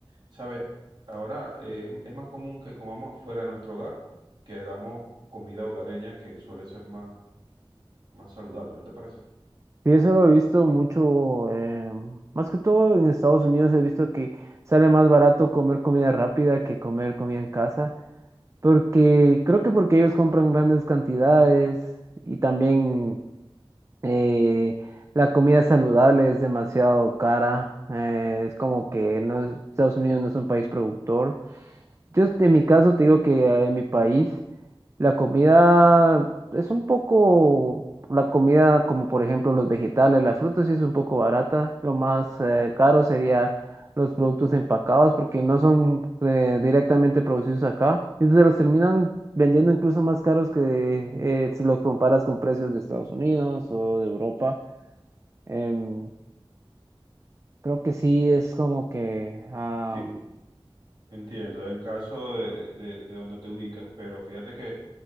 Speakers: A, on the right; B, on the right.
A: ¿sabe? Ahora eh, es es más común que comamos fuera de nuestro hogar que hagamos comida hogareña que suele ser más, más saludable, ¿no te parece?
B: Y eso lo he visto mucho, eh, más que todo en Estados Unidos he visto que sale más barato comer comida rápida que comer comida en casa, porque creo que porque ellos compran grandes cantidades y también eh, la comida saludable es demasiado cara, eh, es como que no es- Estados Unidos no es un país productor. Yo este, en mi caso te digo que eh, en mi país la comida es un poco, la comida como por ejemplo los vegetales, las frutas sí es un poco barata. Lo más eh, caro sería los productos empacados porque no son eh, directamente producidos acá. Entonces los terminan vendiendo incluso más caros que eh, si los comparas con precios de Estados Unidos o de Europa. Em, creo que sí
A: Sí.
B: es como que... ah,
A: Sí, entiendo, en caso de, de, de donde te ubicas, pero fíjate que